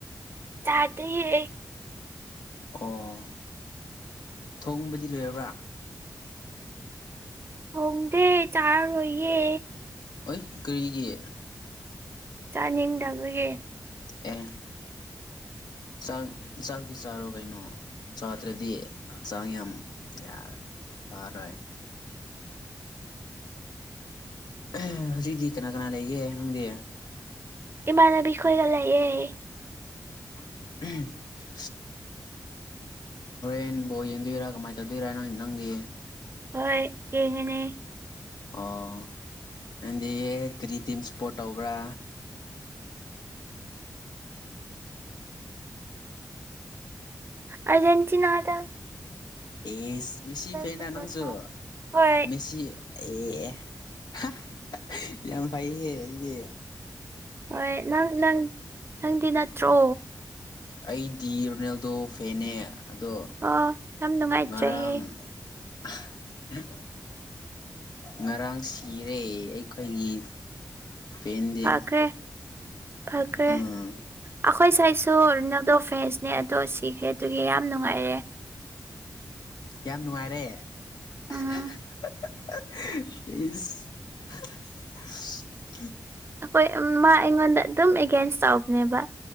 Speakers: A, on the right; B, on the left.
A: ꯆꯗꯔꯤꯌꯦ ꯑꯩ
B: ꯑꯣ ꯊꯣꯡꯕꯗꯤ ꯂꯣꯏꯔꯕ꯭ꯔꯥ
A: ꯊꯣꯡꯗꯦ ꯆꯥꯔꯔꯣꯏꯌꯦ
B: ꯑꯣꯢ ꯀꯔꯤꯒꯤ
A: ꯆꯥꯅꯤꯡꯗꯕꯒꯤ
B: ꯑꯦ ꯆꯥꯛ ꯆꯥꯛꯇꯤ ꯆꯥꯔꯣ ꯀꯩꯅꯣ ꯆꯥꯗ꯭ꯔꯗꯤ ꯍꯛꯆꯥꯡ ꯌꯥꯝ ꯌꯥꯔꯦꯢ ꯐꯥꯔꯣꯏ ꯑꯍꯝ ꯍꯧꯖꯤꯇꯤ ꯀꯅꯥ ꯀꯅꯥ ꯂꯩꯒꯦ ꯅꯪꯗꯤ
A: ꯏꯃꯥꯟꯅꯕꯤ ꯈꯣꯏꯒ ꯂꯩꯑꯦ
B: <unintelligible> ꯍꯣꯔꯦꯟ ꯕꯣꯜ ꯌꯦꯡꯗꯣꯏꯔꯥ ꯀꯃꯥꯏꯅ ꯇꯧꯗꯣꯏꯔꯥ ꯅꯪꯗꯤ
A: ꯍꯣꯏ ꯌꯦꯡꯉꯤꯅꯤ
B: ꯑꯣ ꯅꯪꯗꯤ ꯀꯔꯤ ꯇꯤꯝ ꯏꯁꯄꯣꯔꯠ ꯇꯧꯕ꯭ꯔꯥ
A: ꯑꯔꯖꯦꯟꯇꯤꯅꯥꯗ
B: ꯑꯦꯁ ꯃꯦꯁꯤ ꯐꯦꯅꯔ
A: ꯁꯞꯄꯣꯔꯠ
B: ꯅꯪꯁꯨ
A: ꯇꯧ ꯍꯣꯏ
B: ꯃꯦꯁꯤ ꯑꯦ ꯍꯥꯍꯥ ꯌꯥꯝ ꯐꯩꯍꯦ ꯑꯗꯨꯗꯤ
A: ꯍꯣꯏ ꯅꯪ ꯅꯪ ꯅꯪꯗꯤ ꯅꯠꯇ꯭ꯔꯣ
B: ꯑꯩꯗꯤ ꯔꯣꯅꯦꯜꯗꯣ ꯐꯦꯟꯅꯦ ꯑꯗꯣ
A: ꯑꯣ ꯌꯥꯝ ꯅꯨꯡꯉꯥꯏꯇ꯭ꯔꯦꯍꯦ
B: ꯉꯔꯥꯡꯍꯥꯍꯥ ꯉꯔꯥꯡ ꯁꯤꯔꯦ ꯑꯩꯈꯣꯏꯒꯤ ꯐꯦꯟꯗꯤ
A: ꯐꯈ꯭ꯔꯦ ꯐꯈ꯭ꯔꯦ
B: ꯎꯝ
A: ꯑꯩꯈꯣꯏꯁꯥꯏꯁꯨ ꯔꯣꯅꯜꯗꯣꯐꯦ ꯐꯦꯁꯅꯦ ꯑꯗꯣ ꯁꯤꯈ꯭ꯔꯦ ꯑꯗꯨꯒꯤ ꯌꯥꯝ ꯅꯨꯡꯉꯥꯏꯔꯦ
B: ꯌꯥꯝ ꯅꯨꯡꯉꯥꯏꯔꯦ
A: ꯎꯝ
B: ꯍꯥ ꯍꯥ ꯏꯁ ꯎ <unintelligible>
A: ꯍꯣꯏ ꯎꯝ ꯃꯥ ꯑꯩꯉꯣꯟꯗ ꯑꯗꯨꯝ ꯑꯦꯒꯦꯟꯁ ꯇꯧꯕꯅꯦꯕ